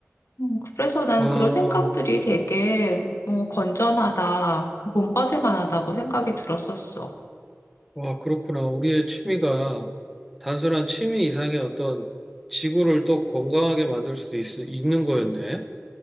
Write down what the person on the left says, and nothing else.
음, 그래서 나는
그런 생각들이 되게 어, 건전하다, 본받을 만하다고 생각이 들었었어.